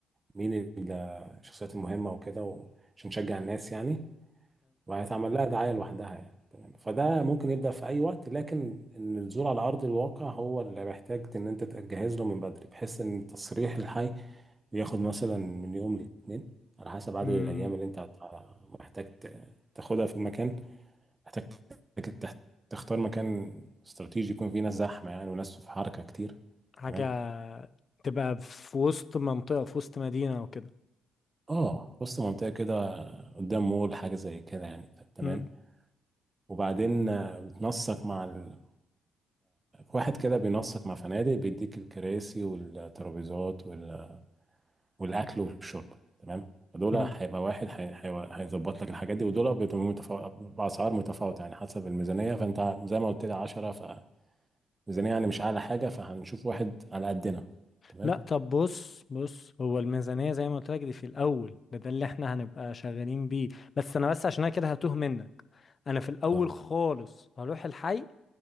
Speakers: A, on the right; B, on the left.
A: مين ال- الشخصيات المهمة وكده و... عشان نشجع الناس يعني وهيتعمل لها دعاية لوحدها يعني تمام فده ممكن يبدأ في أي وقت لكن إن الزور على أرض الواقع هو اللي محتاج إن أنت تجهز له من بدري بحيث إن التصريح الحي بياخد مثلا من يوم لاتنين على حسب عدد
B: امم
A: الأيام اللي أنت هت- محتاج ت- تاخدها في المكان محتاج تك- تختار مكان استراتيجي يكون فيه ناس زحمة يعني وناس في حركة كتير
B: حاجة
A: تمام
B: تبقى في وسط منطقة في وسط مدينة او كده
A: اه وسط منطقة كده قدام مول حاجة زي كده يعني تمام
B: امم
A: وبعدين آه، بتنسق مع ال- واحد كده بينسق مع فنادق بيديك الكراسي والترابيزات وال- والاكل والشرب تمام فدول
B: امم
A: هيبقى واحد هي- هي- هيظبط لك الحاجات دي ودول بيبقوا متفا- باسعار متفاوته يعني حسب الميزانيه فانت زي ما قلت لي 10 فميزانيه يعني مش اعلى حاجه فهنشوف واحد على قدنا تمام
B: لا طب بص بص هو الميزانية زي ما قلت لك دي في الأول ده ده اللي احنا هنبقى شغالين بيه بس أنا بس عشان أنا كده هتوه منك أنا في الأول
A: اه
B: خالص هروح الحي